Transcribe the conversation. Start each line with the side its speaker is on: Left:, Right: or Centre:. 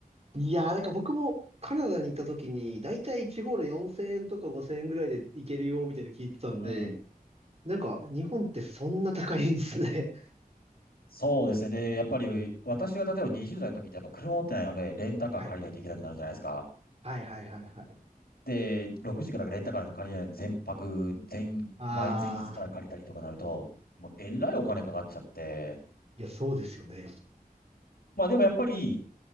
Right: いやー、なんか僕もカナダに行った時に、だいたい1ホール4000円とか5000円ぐらいで行けるよ、みたいなの聞いてたんで、
Left: <laughs> うん。
Right: なんか日本ってそんな高いんですね。<laughs>
Left: そうですね。で、やっぱり、私が例えば20代の時って、やっぱ車持ってないので、レンタカー借りないといけなくなるじゃないですか。
Right: はいはいはいはいはい。
Left: で、6時からレンタカーに借りないで、全泊、全、
Right: ああ、
Left: 前、前日から借りたりとかなると、もうえらいお金かかっちゃって、
Right: いや、そうですよね。
Left: まあでもやっぱり、